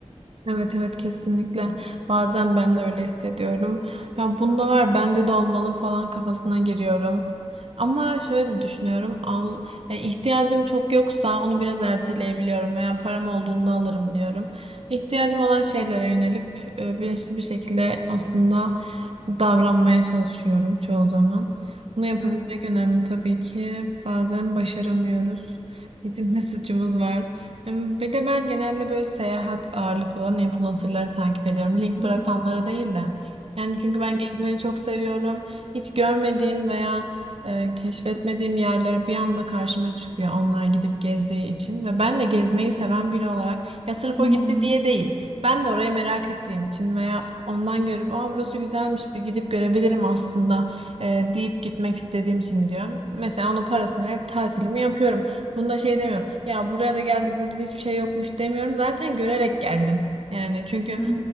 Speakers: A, on the right; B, on the left.
A: Evet evet kesinlikle. Bazen ben de öyle hissediyorum. Ya bunda var bende de olmalı falan kafasına giriyorum. Ama şöyle düşünüyorum. Al, yani ihtiyacım çok yoksa onu biraz erteleyebiliyorum veya param olduğunda alırım diyorum. İhtiyacım olan şeylere yönelip e, bilinçli bir şekilde aslında davranmaya çalışıyorum çoğu zaman. Bunu yapabilmek
B: Hı
A: önemli tabii ki. Bazen başaramıyoruz. Bizim de suçumuz var. Bir de ben genelde böyle seyahat ağırlıklı olan influencerları takip ediyorum. Link
B: hı
A: bırakanları
B: hı.
A: değil de. Yani çünkü ben gezmeyi çok seviyorum. Hiç görmediğim veya e, keşfetmediğim yerler bir anda karşıma çıkıyor onlar gidip gezdiği için. Ve ben de gezmeyi seven biri olarak ya sırf
B: Hı
A: o
B: hı.
A: gitti diye değil. Ben de orayı merak ettiğim için veya ondan görüp aa burası güzelmiş bir gidip görebilirim aslında e, deyip gitmek istediğim için gidiyorum. Mesela onun parasını verip tatilimi yapıyorum. Bunda şey demiyorum. Ya buraya da geldik, burada da hiçbir şey yokmuş demiyorum. Zaten görerek geldim. Yani çünkü
B: hı.